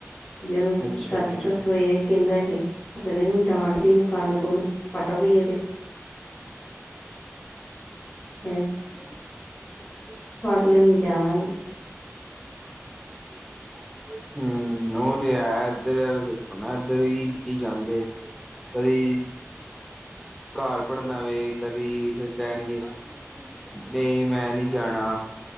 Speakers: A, on the left; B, in the centre.
A: ਜੇ ਉਨੂੰ
B: ਅੱਛਾ
A: ਸੱਚ
B: ਅੱਛਾ
A: ਦੱਸੋ ਇਹ। ਕੈਂਦਾ ਹੇ, ਫਿਰ ਇਨੂੰ ਡਾਂਟਦੀ ਏ, ਕੰਨ- ਕੁੰਨ ਪੱਟਦੀ ਇਦੇ। ਹੇ।
B: <inaudible> ਹਂ <unintelligible>
A: ਲੈਣੀ ਜਾਣਾ ਨੀ
B: ਹੂੰ, ਉਹ ਤੇ ਹੈ ਏਦੱਰ, ਦੇਖੋ ਨਾ, ਐਦੱਰ ਵੀ ਨੀ ਜਾਂਦੇ। ਕਦੀ। ਘਰ ਪੜਨਾ ਵੇ, ਕਦੀ ਫਿਰ ਕੈਂਨਗੇ। ਨਈ ਮੈ ਨੀ ਜਾਣਾ,